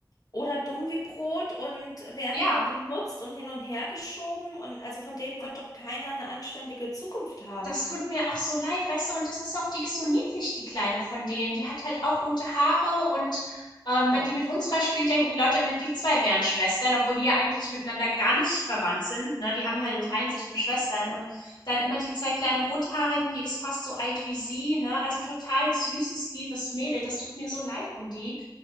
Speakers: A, on the left; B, on the left.
A: oder dumm wie Brot und werden
B: ja.
A: nur benutzt und hin und her geschoben. Und also von denen
B: Und
A: wird doch keiner eine anständige Zukunft haben.
B: Das tut mir auch so leid, weißt du? Und das ist auch die ist so niedlich, die Kleine von denen. Die hat halt auch rote Haare und ähm,
A: Oh.
B: wenn die mit unserer spielt, denken die Leute immer, die zwei wären Schwestern, obwohl die ja eigentlich miteinander gar nicht verwandt sind. Ne? Die haben
A: Mhm.
B: halt, teilen sich nur Schwestern und dann immer die zwei kleinen Rothaarigen, die ist fast so alt wie sie, ne? Also total süßes, liebes Mädel. Das tut mir so leid um die.